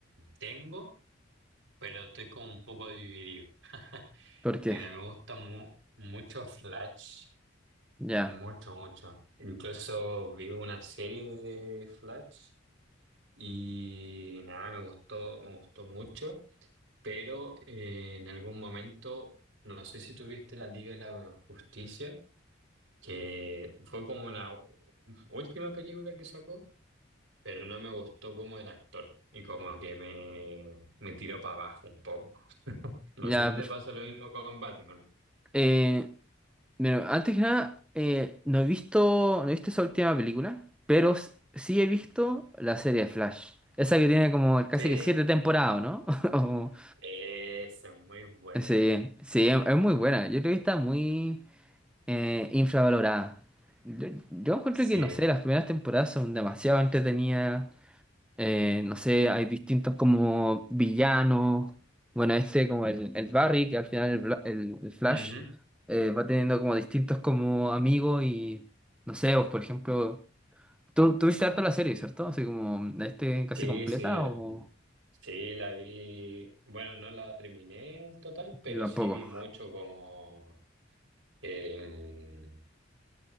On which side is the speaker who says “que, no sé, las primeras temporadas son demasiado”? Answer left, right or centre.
Centre